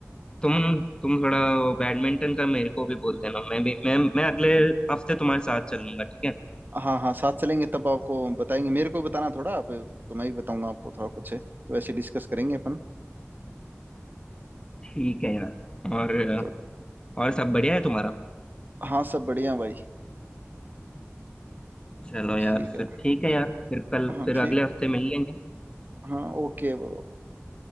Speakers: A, on the left; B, on the right.
A: तुम तुम थोड़ा वो बैडमिंटन का मेरे को भी बोल देना मैं भी मैं मैं अगले हफ्ते तुम्हारे साथ चल लूंगा ठीक है
B: हाँ हाँ साथ चलेंगे तब आपको बताएंगे मेरे को बताना थोड़ा आप तो मैं ही बताऊंगा आपको थोड़ा कुछ है तो ऐसे डिस्कस करेंगे अपन
A: ठीक है यार और
B: तो
A: और सब बढ़िया है तुम्हारा
B: हाँ सब बढ़िया भाई
A: चलो यार
B: ठीक है
A: फिर ठीक है यार फिर कल
B: हाँ
A: फिर
B: ठीक
A: अगले हफ्ते
B: है
A: मिल लेंगे
B: हाँ ओके ब्रो